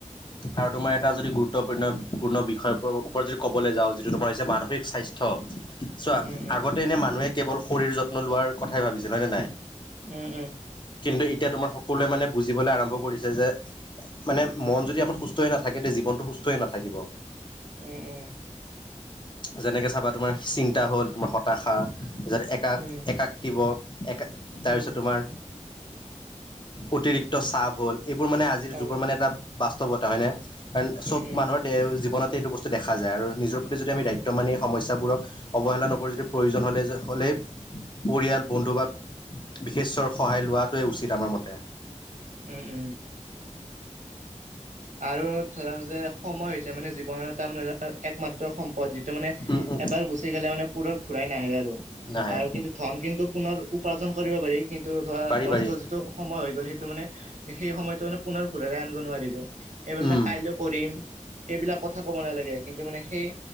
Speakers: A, on the left; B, on the right.
A: আৰু তোমাৰ এটা যদি গুৰুত্বপূৰ্ণপূৰ্ণ বিষয় ওপৰত যদি ক'বলৈা যাওঁ তোমাৰ হৈছে মানসিক স্বাস্থ্য থ চোৱা
B: উম উম
A: আগতে এনে মানুহে কেৱল শৰীৰ যত্ন লোৱাৰ কথাই ভাবিছে হয় নে নাই
B: উম
A: কিন্তু এতিয়া তোমাৰ সকলোৱে মানে বুজিবলৈ আৰম্ভ কৰিছে যে মানে মন যদি আমাৰ সুস্থ হৈ নাথাকে তেতিয়া জীৱনটো সুস্থ হৈ নাথাকিব
B: উম উম
A: যেনেকে চাবা তোমাৰ চিন্তা হ'ল তোমাৰ হতাখা যদি একাক
B: উম
A: একাক দিব এক তাৰপিছত
B: উম উম
A: তোমাৰ অতিৰিক্ত চাপ হ'ল এইবোৰ মানে আজিৰ
B: অ
A: যুগৰ মানে এটা বাস্তৱত হয়নে কাৰণ
B: উম
A: চব
B: উম
A: মানুহৰ দে জীৱনত এইটো বস্তু দেখা যায় আৰু নিজৰ প্ৰতি যদি আমি দায়িত্ব মান এই সমস্যাবোৰক অৱহেলা নকৰোঁ যদি প্ৰয়োজন হ'লে হ'লে পৰিয়াল বন্ধু বা বিশেষ্য সহায় লোৱাটোৱে উচিত আমাৰ মতে
B: উম উম আৰু ধৰা যে সময় হৈছে মানে জীৱনৰ এটা মানে ধৰা একমাত্ৰ সম্পদ যিটো মানে
A: উম উম
B: এবাৰ গুচি গলে মানে পোনৰঘূৰাই নাহে আৰু
A: নাহে
B: আৰু কিন্তু ধন কিন্তু পুনৰ উপাৰ্জন কৰিব পাৰি কিন্তু ধৰা
A: পাৰি
B: নষ্ট
A: পাৰি
B: যিটো সময় হৈ গ'ল সেইটো যিটো মানে সেই সময়তো মানে পুনৰ ঘূৰাৰে আনিব নোৱাৰিলো সেইবিলাক
A: উম
B: কাইলৈ কৰিম সেইবিলাক কথা ক'ব নালাগে কিন্তু মানে সেই